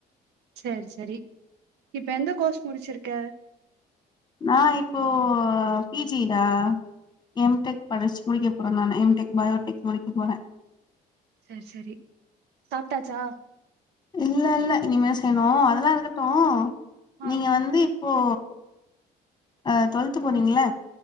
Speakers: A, on the right (about 85°); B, on the left (about 25°).
A: சேர் சரி இப்ப எந்த கோர்ஸ் முடிச்சிருக்க
B: நான் இப்போ பி ஜிடா எம் டெக் படிச்சு முடிக்க போறே நான் எம் டெக் பயோடெக் முடிக்க போறே
A: சேர் செரி சாப்ட்டாச்சா
B: இல்லல்ல இனிமே செய்ணு அதெலா இருக்கட்டு
A: ஆ
B: நீங்க வந்து ஓ ஓ ஓ டுவெல்த்து போறீங்கள்ள